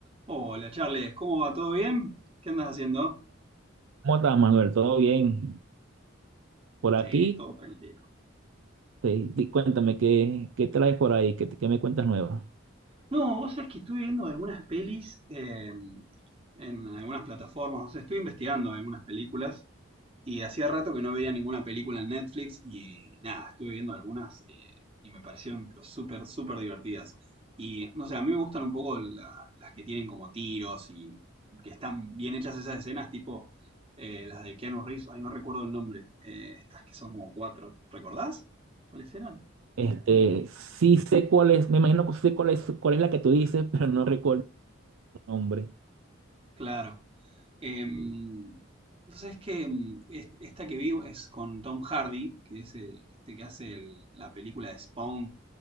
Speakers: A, on the right (about 25°); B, on the right (about 80°).
A: Hola Charles, ¿cómo va? ¿Todo bien? ¿Qué andas haciendo?
B: ¿Cómo estás, Manuel? ¿Todo bien? Por aquí,
A: Sí, todo tranquilo.
B: te- di- cuéntame, ¿qué, qué traes por ahí? ¿Qué, te- qué me cuentas nuevo?
A: No, vos sabés que estuve viendo algunas pelis eh, en algunas plataformas, o sea, estuve investigando algunas películas y hacía rato que no veía ninguna película en Netflix y nada, estuve viendo algunas eh, y me parecieron pero súper, súper divertidas. Y no sé, a mí me gustan un poco la- las que tienen como tiros y, y que están bien hechas esas escenas, tipo eh, las de Keanu Reeves, ay, no recuerdo el nombre, eh, estas que son como cuatro, ¿recordás? ¿Cuáles eran?
B: Este, sí sé cuál es, me imagino que sí sé cuál es, cuál es la que tú dices, <laughs> pero no recuerdo el nombre.
A: Claro. Em, entonces es que mm, est- esta que vi es con Tom Hardy, que es eh, este que hace el- la película de Spawn,